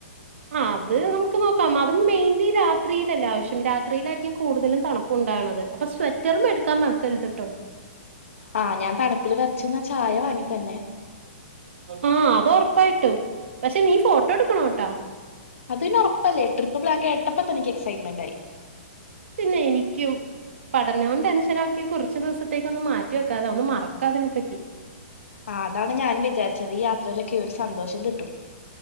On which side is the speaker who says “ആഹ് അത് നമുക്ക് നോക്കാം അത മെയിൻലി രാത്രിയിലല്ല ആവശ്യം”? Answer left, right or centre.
Right